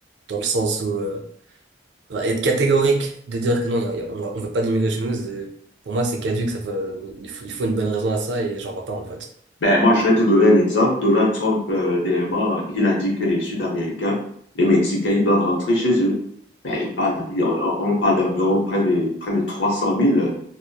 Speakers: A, on the right; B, on the left.
A: dans le sens où euh, enfin, être catégorique, de dire que non, il y a- il y a- on va- on veut pas d'immigrer chez nous, c'est- pour moi, c'est caduque. Ça veut, il faut, il faut une bonne raison à ça et j'en vois pas en fait.
B: Ben, moi, je vais te donner un exemple. Donald Trump, euh, dernièrement, il a dit que les Sud-Américains, les Mexicains, ils doivent rentrer chez eux. Ben, il parle d'environ- on on parle d'environ près de, près de trois cent mille